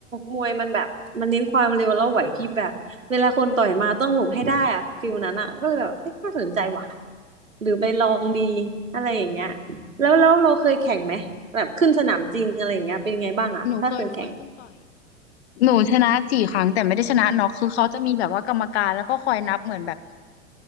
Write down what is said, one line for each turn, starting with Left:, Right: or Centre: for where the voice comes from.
Right: มวยมันแบบ มันเน้นความเร็วแล้วไหวพริบแบบ เวลาคนต่อยมาต้องหลบให้ได้อะฟิลนั้นอะก็เลยแบบเอ๊ะน่าสนใจว่ะ หรือไปลองดี อะไรอย่างเงี้ยแล้วแล้วเราเคยแข่งไหมแบบขึ้นสนามจริงอะไรอย่างเงี้ยเป็นไงบ้างอะถ้าเคยแข่ง
Left: เคยหนูเคยหนูเคยขึ้นต่อยหนูชนะสี่ครั้งแต่ไม่ได้ชนะน็อกคือเขาจะมีแบบว่ากรรมการแล้วก็คอยนับเหมือนแบบ